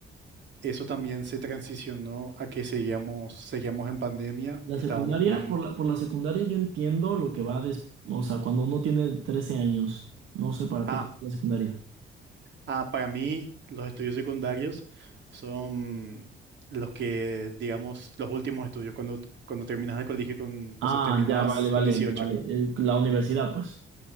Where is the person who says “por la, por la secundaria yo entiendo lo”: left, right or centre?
Right